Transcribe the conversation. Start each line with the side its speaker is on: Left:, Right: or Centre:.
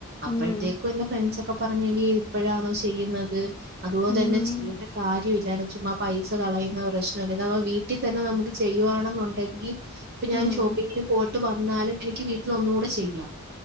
Right: അപ്പോഴത്തേക്കും
Left: ഉം
Right: എന്റെ ഫ്രണ്ട്സ് ഒക്കെ പറഞ് ഇനി ഇപ്പോഴാണോ ചെയ്യുന്നത് അതുപോലെ
Left: ഉം
Right: തന്നെ ചെയ്യേണ്ട കാര്യമില്ലായിരുന്നു ചുമ്മാ പൈസ കളയുന്ന പ്രശ്നം പിന്നെമ വീട്ടി തന്നെ നമുക്ക് ചെയ്യുവാണെന്നുണ്ടെങ്കിൽ ഇപ്പൊ ഞാൻ
Left: ഉം
Right: ഷോപ്പിങ്ങിന് പോയിട്ട് വന്നാലും എനിക്ക് വീട്ടിൽ ഒന്നുകൂടെ ചെയ്യാം